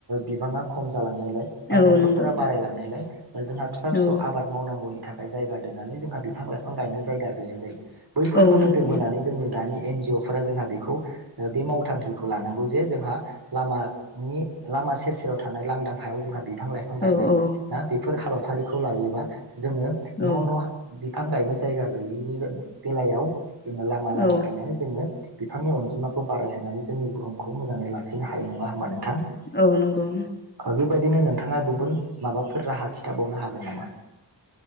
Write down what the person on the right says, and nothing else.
बिबाङा खम जालांनाय बा
न'खरफोरा
बारायलांनायलाय ओ जोंहा फिसा फिसौ
आबाद मावनांगौनि थाखाय जायगा दोननानै जोंहा बि फां लाइफां गायनो जायगा गैया जायो। बेफोरखौ
नोजोर बोनानै जोंनि दानि एन जि अ फोरा जोंहा बेखौ ओ बे मावथांखिखौ लानांगौ जे जोंहा लामानि लामा सेर सेराव थानाय लांदां हायाव जोंहा बिफां लाइफां गायनाय
ना बेफोर हाबाफारिखौ लायोबा जोङो न'
न' बिफां गायनो जायगा गैयिनि जा बेलायाव जोङो लामा लामा
गायनानै जोङो बिफांनि अनजिमाखौ बारायहोनानै जोंनि बुहुमखौ मोजाङै लाखिनो हायो नङा होमबा नोंथां
बेबायदिनो नोंथाङा गुबुन माबाफोर राहा खिथाबावनो हागोन नामा?